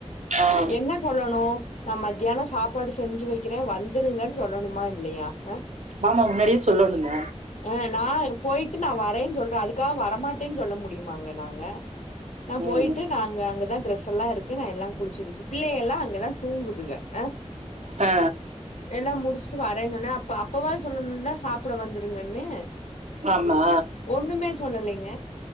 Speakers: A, on the right; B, on the left.
A: அ
B: என்ன சொல்லணு நா மத்தியானொ சாப்பாடு செஞ்சு வைக்கிறெ வந்துருங்கன் சொல்லணுமா இல்லையா ஹ
A: ஆமா முன்னாடியே சொல்லணுங்க
B: ஆ நா போயிட்டு நா வரேன் சொல்ற அதுக்காக வரமாட்டேன்னு சொல்ல முடியுமாங்க நாங்க நா
A: ம்
B: போயிட்டு நா அங்க அங்கதா டிரெஸ்ஸெல்லா இருக்கு நா எல்லா குளிச்சு கிளிச்சு பிள்ளைைகல்லா அங்கதா தூங்குதுங்க அ
A: ஆ
B: எல்லா முடிச்சுட்டு வரேன் சொன்னே அப்ப அப்பவாது சொல்லனும்ல சாப்பிட வந்துருங்கன்னு
A: ஆமா
B: ஒண்ணுமே சொல்லலெங்க